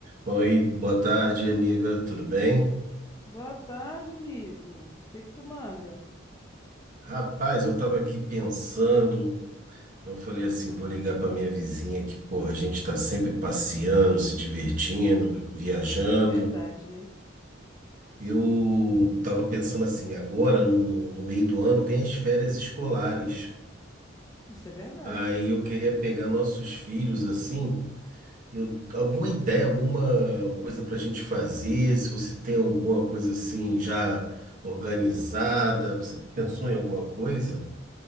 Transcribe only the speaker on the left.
Boa tarde, amigo. O que que tu manda?
Ah, isso é verdade, né?
Isso é verdade.